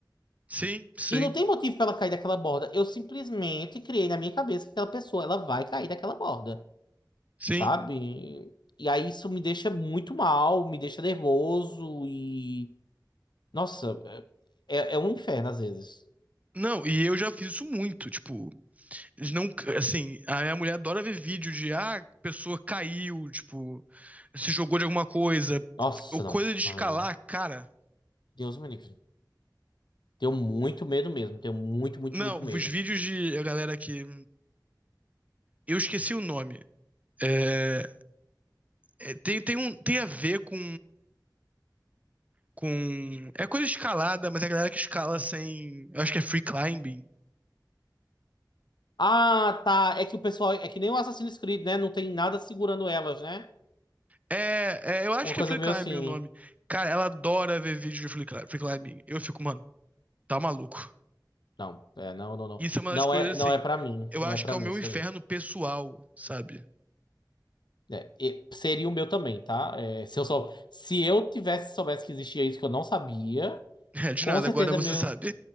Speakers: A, on the right (about 20°); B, on the left (about 80°).
A: Sim, sim,
B: E não tem motivo pra ela cair daquela borda. Eu simplesmente criei na minha cabeça que aquela pessoa, ela vai cair daquela borda.
A: sim.
B: sabe? E aí isso me deixa muito mal, me deixa nervoso e. Nossa, é, é é um inferno às vezes.
A: Não, e eu já fiz isso muito, tipo, eles não, assim, a minha mulher adora ver vídeo de, ah, a pessoa caiu, tipo, se jogou de alguma coisa,
B: Nossa,
A: ou
B: não.
A: coisa de escalar,
B: Ai,
A: cara.
B: Deus me livre. Tenho muito medo mesmo, tenho muito, muito,
A: Não,
B: muito
A: os
B: medo.
A: vídeos de a galera que, eu esqueci o nome. É, é, tem, tem um, tem a ver com, com, é coisa de escalada, mas é a galera que escala sem, eu acho que é free climbing,
B: Ah, tá. É que o pessoal. É que nem o Assassin's Creed, né? Não tem nada segurando elas, né?
A: É, é, eu acho
B: Uma
A: que
B: coisa
A: é free
B: meio
A: climbing
B: assim.
A: o nome. Cara, ela adora ver vídeo de free cli- free climbing. Eu fico, mano, tá maluco.
B: Não, é, não, não, não.
A: Isso é uma
B: Não
A: das coisas
B: é, não
A: assim.
B: é pra mim.
A: Eu
B: Não
A: acho
B: é pra
A: que é
B: mim
A: o meu
B: isso
A: inferno
B: aí.
A: pessoal, sabe? <laughs>
B: É, e seria o meu também, tá? É, se eu sou, se eu tivesse soubesse que existia isso que eu não sabia.
A: É, de
B: Com
A: nada,
B: certeza,
A: agora você
B: é meu.
A: sabe.